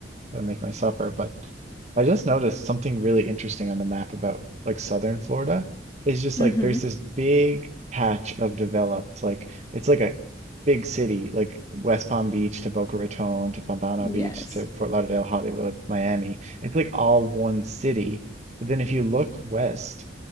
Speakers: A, on the right; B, on the left.
A: gotta make my supper, but I just noticed something really interesting on the map about like southern Florida. It's just
B: Mm
A: like
B: hmm.
A: there's this big patch of developed, like it's like a big city, like West Palm Beach to Boca Raton to Pompano
B: Yes.
A: Beach to Fort Lauderdale, Hollywood, Miami. It's like all one city. But then if you look west